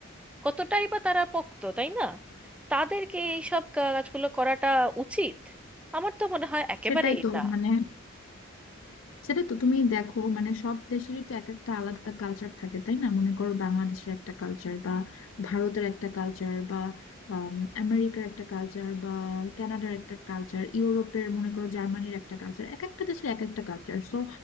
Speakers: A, in the centre; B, on the left.
A: কতটাই বা তারা পোক্ত তাই না তাদেরকে এইসব কাজগুলো করাটা উচিত আমার তো মনে হয় একেবারেই
B: সেটাই তো
A: না
B: মানে সেটা তো তুমি দেখো মানে সব দেশেরই তো এক একটা আলাদা কালচার থাকে তাই না মনে করো বাংলাদেশের একটা কালচার বা ভারতের একটা কালচার বা আম, আমেরিকার একটা কালচার বা কানাডার একটা কালচার ইউরোপের মনে করো জার্মানির একটা কালচার এক একটা দেশের এক একটা কালচার সো